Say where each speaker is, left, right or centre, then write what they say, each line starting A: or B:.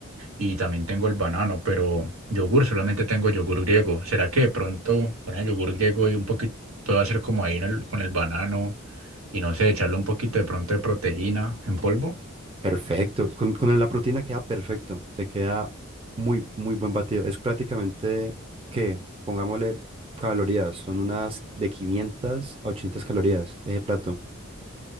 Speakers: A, on the right; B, on the right.
A: y también tengo el banano, pero yogur solamente tengo yogur griego. ¿Será que de pronto con el yogur griego y un poquito puedo hacer como ahí en el- con el banano y no sé, echarle un poquito de pronto de proteína en polvo?
B: Perfecto. Con, con la proteína queda perfecto. Te queda muy, muy buen batido. Es prácticamente que, pongámosle calorías, son unas de 500 a 800 calorías ese plato.